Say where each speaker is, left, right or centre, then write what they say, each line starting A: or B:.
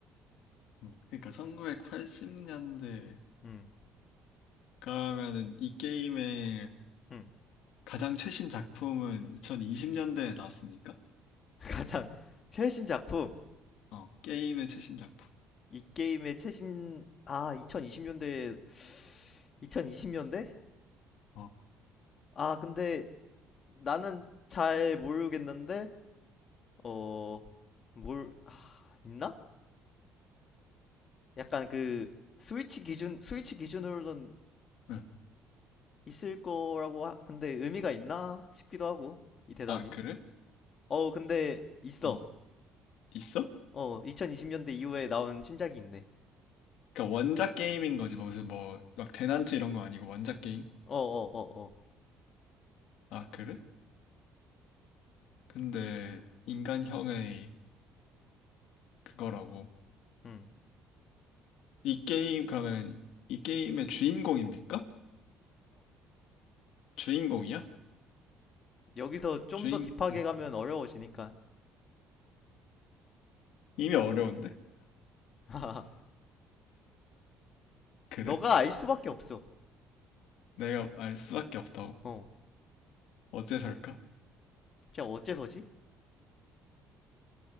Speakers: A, on the left; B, on the left.
A: 음, 그러니까 1980년대
B: 음,
A: 그러면은 이 게임의
B: 음.
A: 가장 최신 작품은 2020년대에 나왔습니까?
B: <laughs> 가장 최신 작품.
A: 어, 게임의 최신 작품.
B: 이 게임의 최신, 아, 2020년대, 2020년대?
A: 어,
B: 아, 근데 나는 잘 모르겠는데, 어, 뭘, 아, 있나? 약간 그, 스위치 기준, 스위치 기준으로는
A: 응.
B: 있을 거라고 하- 근데 의미가 있나 싶기도 하고 이 대답이
A: 아, 그래?
B: 어 근데 있어
A: 어, 있어?
B: 어 2020년대 이후에 나온 신작이 있네
A: 그러니까 원작 게임인 거지. 뭐 무슨 뭐 막 대난투 이런 거 아니고 원작 게임?
B: 어 어
A: 아, 그래? 근데 인간형의 그거라고.
B: 어어음음어음
A: 이 게임 그러면 이 게임의 주인공입니까? 주인공이야?
B: 여기서 좀
A: 주인
B: 더 딥하게
A: 음.
B: 가면 어려워지니까
A: 이미 어려운데?
B: <laughs>
A: 그래?
B: 너가 알 수밖에 없어
A: 내가 알 수밖에 없다고?
B: 어
A: 어째서일까?
B: 진짜 어째서지